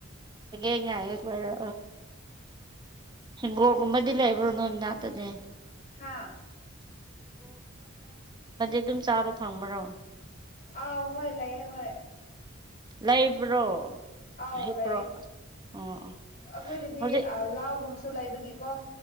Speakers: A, on the right; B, on the left.
A: ꯦ ꯉꯥꯏꯦꯔ ꯍꯣ ꯀꯕꯗꯤ ꯂꯥꯏꯕ꯭ꯔꯣ꯫ ꯏꯗꯇꯅꯦ
B: ꯍꯥ
A: ꯑꯗꯨꯝ ꯆꯥꯕ ꯐꯪꯕ꯭ꯔꯣ
B: ꯑꯥꯎ ꯍꯣꯏ ꯂꯌꯦꯦ <unintelligible> <inaudible> ꯍꯣꯏ꯫
A: ꯂꯩꯕ꯭ꯔꯣ
B: ꯑꯥꯎ
A: ꯍꯦꯛꯄ꯭ꯔꯣ
B: ꯂꯩꯌꯦꯦ
A: ꯑꯣ ꯑꯣ
B: ꯑꯩꯈꯣꯏꯗꯗꯤ
A: ꯍꯧꯖꯤꯛ
B: ꯂꯥꯎꯒꯨꯝꯕꯁꯨ ꯂꯩꯕꯒꯤꯀꯣ꯫